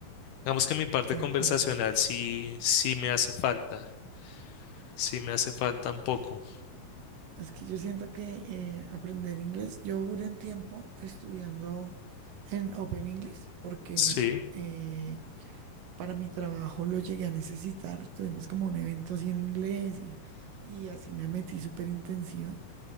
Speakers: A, on the left; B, on the right.
A: Digamos que mi parte
B: de
A: conversacional
B: acuerdo.
A: sí, sí me hace falta, sí me hace falta un poco.
B: Es que yo siento que eh, aprender inglés, yo duré un tiempo estudiando en Open English porque
A: Sí,
B: eh, para mi trabajo lo llegué a necesitar. Tuvimos como un evento así en inglés y, y así me metí súper intensiva.